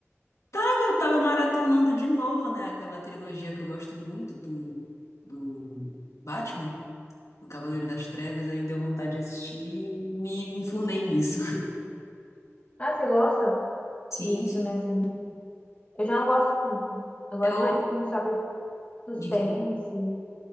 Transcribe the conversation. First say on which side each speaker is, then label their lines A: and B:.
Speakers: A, on the left; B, on the left.
A: Tava, tava maratonando de novo, né? Aquela trilogia que eu gosto muito do, do Batman, do Cavaleiro das Trevas, aí deu vontade de assistir e me enfurnei nisso.
B: Ah, você gosta
A: <laughs> Sim,
B: de
A: sim.
B: filme assim? Eu já não gosto muito. Eu gosto
A: Eu.
B: mais de filme, sabe, suspense,
A: De quê?